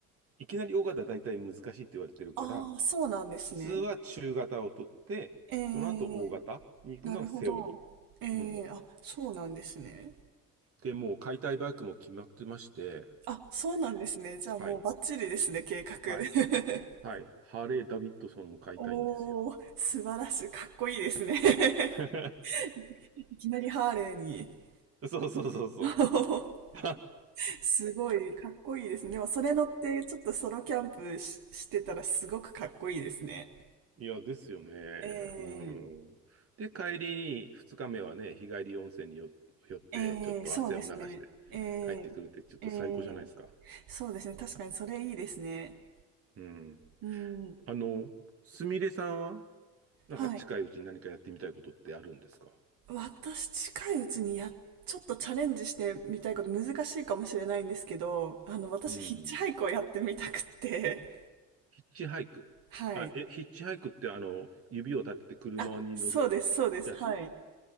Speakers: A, on the right (about 30°); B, on the right (about 45°).
A: いきなり大型は大体難しいって言われてるから、
B: ああ、そうなんですね。
A: 普通は中型を取って、
B: ええ
A: その後大型に行くのがセオリ
B: なるほど。ええあ、
A: ー。うん。
B: そうなんですね。
A: で、もう買いたいバイクも決まってまして、
B: あ、そうなんですね。じゃあもうバッチリですね、
A: はい、
B: 計画。<laughs>
A: はい、はい。ハーレー・ダビッドソンを買いたいんですよ。
B: おー、素晴らしい。かっこいいですね。
A: <laughs>
B: <laughs> いきなりハーレーに。
A: そうそうそうそう。
B: <laughs>
A: <laughs>
B: すごい、かっこいいですね。でも、それ乗って、ちょっとソロキャンプし、してたらすごくかっこいいですね。
A: いや、ですよね。
B: ええ
A: うん。で、帰りに2日目はね、日帰り温泉によ寄って、
B: ええそうですね。
A: ちょっと汗を流して
B: ええええ
A: 帰ってくるって、ちょっと最高じゃないですか。
B: そうですね。確かにそれいいですね。
A: うん。
B: うん。
A: あの、すみれさんは、なんか近いうちに何かやってみたいことってあるんですか
B: はい。私、近いうちにや、ちょっとチャレンジしてみたいこと難しいかもしれないんですけど、あの、私、
A: うん。
B: ヒッチハイクをやってみたくって、
A: ヒッチハイク。
B: <laughs> はい。
A: あ、え、ヒッチハイクってあの、指を立てて車に乗る
B: あ、そうです、そうです、
A: やつ
B: はい。